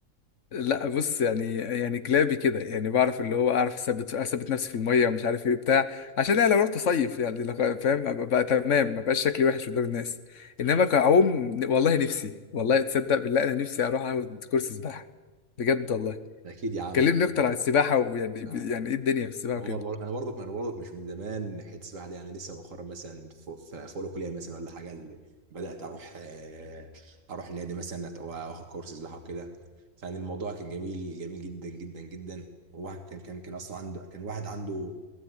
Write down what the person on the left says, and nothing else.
لا بص يعني يعني كلابي كده يعني بعرف اللي هو اعرف اثبت اثبت نفسي في الميه ومش عارف ايه بتاع عشان انا لو رحت اصيف يعني لو- فاهم ابقى بقى تمام ما بقاش شكلي وحش قدام الناس انما كعوم والله نفسي والله تصدق بالله انا نفسي اروح اخد كورس سباحه بجد والله
كلمني اكتر عن السباحه ويعني
يعني ايه الدنيا في السباحه
وكده